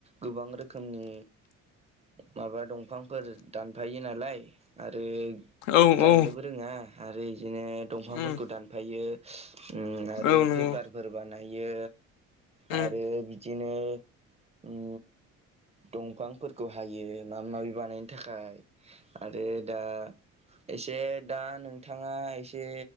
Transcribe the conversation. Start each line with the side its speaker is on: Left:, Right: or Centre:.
Right: गोबां रोखोमनि माबा दंफांफोर दानफायो नालाय आरो
Left: औ
Right: गायनोबो
Left: औ
Right: रोङा आरो इदिनो दंफांफोरखौ
Left: उम
Right: दानफायो उम आरो
Left: औ नंगौ
Right: पेपारफोर बानायो
Left: उम
Right: आरो बि दिनो उम दंफांफोरखौ हायो माबा माबि बानायनो थाखाय आरो दा एसे दा नोंथाङा एसे